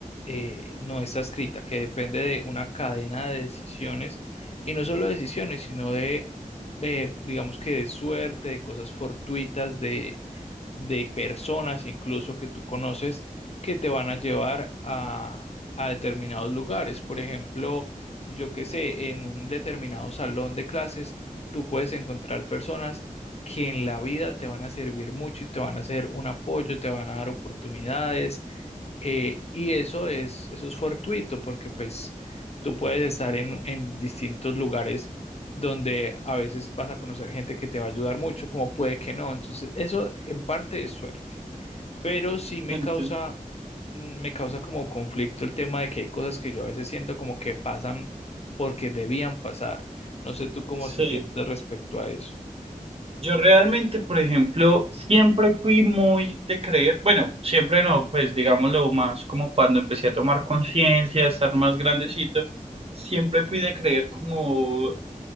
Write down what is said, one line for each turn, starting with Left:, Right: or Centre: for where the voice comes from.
Left: eh, no está escrita, que depende de una cadena de decisiones y no solo decisiones, sino de, eh, digamos que de suerte, de cosas fortuitas, de de personas incluso que tú conoces que te van a llevar a, a determinados lugares. Por ejemplo, yo qué sé, en un determinado salón de clases, tú puedes encontrar personas que en la vida te van a servir mucho y te van a hacer un apoyo, te van a dar oportunidades, eh, y eso es, eso es fortuito porque pues tú puedes estar en, en distintos lugares donde a veces vas a conocer gente que te va a ayudar mucho, como puede que no. Entonces, eso en parte es suerte, pero sí me
Right: Ente-
Left: causa, mm, me causa como conflicto el tema de que hay cosas que yo a veces siento como que pasan porque debían pasar. No sé tú cómo
Right: Sí.
Left: te sientes respecto a eso,
Right: Yo realmente, por ejemplo, siempre fui muy de creer, bueno, siempre no, pues digámoslo más como cuando empecé a tomar conciencia, a estar más grandecito, siempre fui de creer como